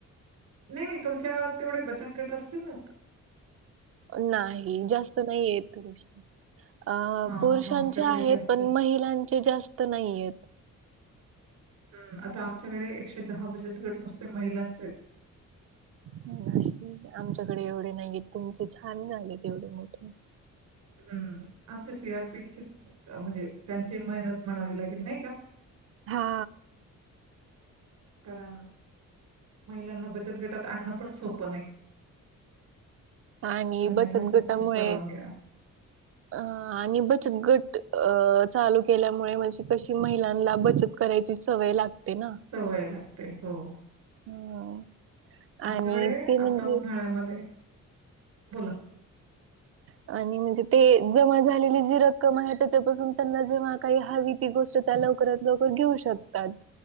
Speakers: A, on the right (about 70°); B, on the right (about 45°).
A: नाही नाही तुमच्या गावात तेवढे बचत गट असतील ना
B: नाही जास्त नाही येतुष अ
A: हां,
B: पुरुषांचे
A: मग आमच्याकडे
B: आहेत
A: जास्त
B: पण महिलांचे जास्त नाहीयेत
A: हम्म आता आमच्याकडे एकशे दहा बजत घट नसते महिलांचे
B: नाही आमच्याकडे एवढे नाहीय तुमचे छान झालेत एवढे मोठे
A: हम्म आमच्या सी आर पीची म्हणजे त्यांची मेहनत म्हणावी लागेल नाही का
B: हा
A: कारण महिलांना बचत गटात आणणं पण सोपं नाही
B: आणि
A: त्यांना
B: बचत
A: घरच्यांच्या
B: गटामुळे
A: परवानग्या
B: ह आणि बचत घट अ चालू केल्यामुळे म्हणजे कशी महिलांना बचत करायची सवय लागते. ना
A: सवय लागते हो.
B: हम्म
A: आमच्याकडे
B: आणि ते म्हणजे
A: आता उन्हाळ्यामध्ये, बोला!
B: आणि म्हणजे ते जमा झालेली जी रक्कम आहे त्याच्यापासून त्यांना जेव्हा काही हवी ती गोष्ट त्या लवकरात लवकर घेऊ शकतात.